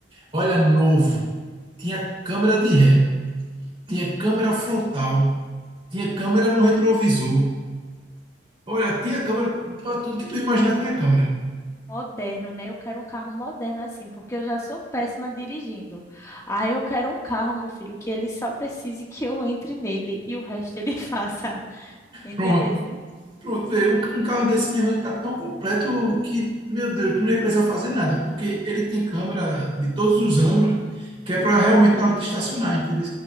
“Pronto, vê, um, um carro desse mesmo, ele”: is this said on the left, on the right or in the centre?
Right